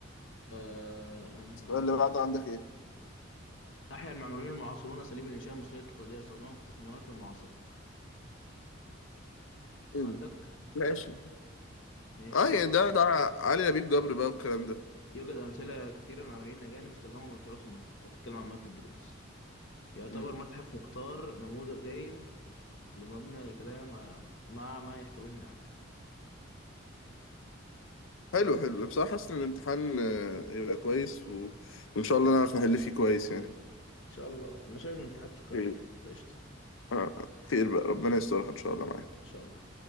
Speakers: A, on the left (about 65°); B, on the left (about 80°).
A: آه انهي
B: السؤال
A: واحده
B: اللي بعده عندك ايه؟
A: احيا المعماريون المعاصرون اساليب الانشاء المصريه التقليديه يستخدموها في التصميمات المعاصره
B: مم.
A: عندك
B: ماشي
A: ماشي
B: اه يعني ده ده علي لبيب جبر بقى والكلام ده
A: يوجد امثله كثيره لمعماريين الاجانب استلهموا من التراث المصري هتتكلم عن مايكل جريفز يعتبر
B: مم.
A: متحف مختار نموذج جيد لمبنى يتلائم مع مع ما يحتويه من اعمال خلاص
B: حلو حلو
A: ماشي
B: بصراحة حاسس إن الامتحان آه، هيبقى كويس و... وإن شاء الله نعرف نحل فيه كويس يعني
A: شاء الله انا شايف ان الاتحاد تكرر
B: خير
A: يعني فقشطه ان
B: آه، خير بقى ربنا يسترها إن شاء الله معاك
A: شاء الله